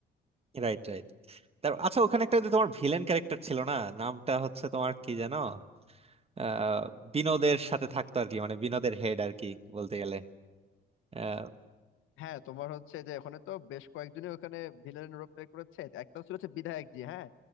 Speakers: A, on the right; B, on the left.
A: Right right তারপর আচ্ছা ওখানে একটা যে তোমার ভিলেন ক্যারেক্টার ছিল না নামটা হচ্ছে তোমার কি জানো আহ বিনোদের সাথে থাকতো আর কি মানে বিনোদের হেড আর কি বলতে গেলে আহ
B: হ্যাঁ তোমার হচ্ছে যে ওখানে তো বেশ কয়েকজনই ওখানে ভিলেনের রোল প্লে করেছে একটা ছিল হচ্ছে বিধায়ক জি হ্যাঁ